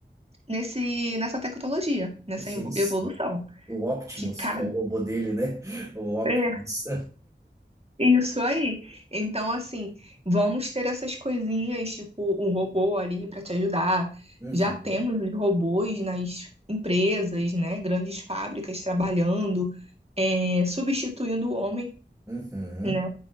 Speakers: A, on the right (about 35°); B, on the right (about 15°).
A: nesse, nessa tecnologia, nessa
B: Sim,
A: invo-
B: sim.
A: evolução,
B: O Optimus,
A: que cabe.
B: que é o robô dele, né? O Optimus.
A: É, isso aí. Então, assim, vamos ter essas coisinhas, tipo, um robô ali para te ajudar.
B: <laughs>
A: Já temos os robôs nas empresas, né? Grandes fábricas trabalhando, é, substituindo o homem,
B: Uhum, uhum.
A: né?